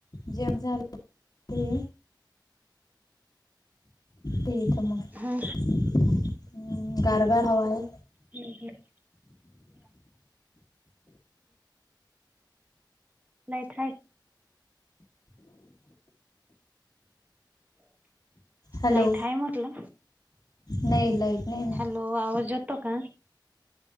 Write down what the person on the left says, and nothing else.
जेम झालं <unintelligible> तेच मग
हम्म गारगार हवाय
हॅलो
नाही लाईट नाही ना